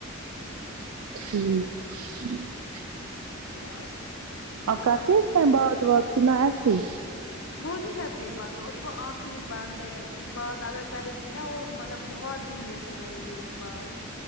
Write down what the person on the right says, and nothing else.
ٹھیک
آپ کرتے
ہیں اس ٹائم بات وات کہ <unintelligible>